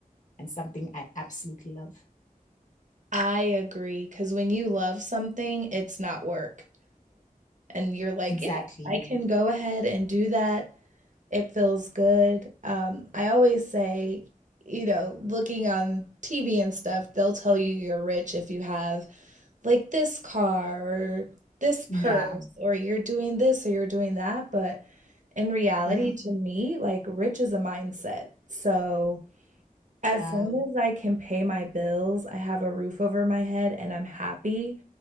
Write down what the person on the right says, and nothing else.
I agree. Because when you love something, it's not work. And you're like,
yeah, I can go ahead and do that. It feels good. Um, I always say, you know, looking on TV and stuff, they'll tell you you're rich if you have like this car or this
purse or you're doing this or you're doing that. But in reality,
to me, like rich is a mindset. So as
long as I can pay my bills, I have a roof over my head, and I'm happy,